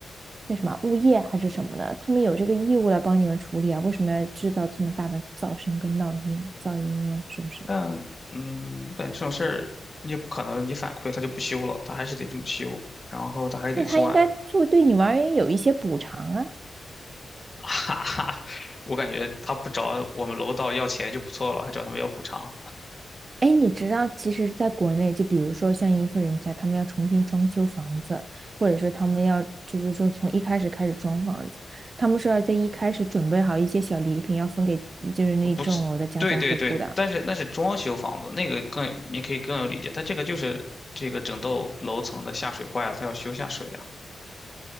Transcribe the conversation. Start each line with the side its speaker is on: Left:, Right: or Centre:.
Right: 那什么物业还是什么的，他们有这个义务来帮你们处理啊，为什么要制造这么大的噪声跟闹音噪音呢？是不是？
Left: 但嗯，我感觉这种事儿你也不可能，你反馈他就不修了，他还是得这么修，然后他还得算，
Right: 那他应该做对你们而言有一些补偿啊。
Left: <laughs> 哈哈。我感觉他不找我们楼道要钱就不错了，还找他们要补偿，
Right: 哎，你知道，其实在国内，就比如说像一户人家，他们要重新装修房子，或者是他们要就是说从一开始开始装房子，他们是要在一开始准备好一些小礼品，要分给就是那一幢楼的家家户户的。
Left: 不是？对对对，但是那是装修房子，那个更你可以更有理解，但这个就是这个整栋楼层的下水坏了，他要修下水啊。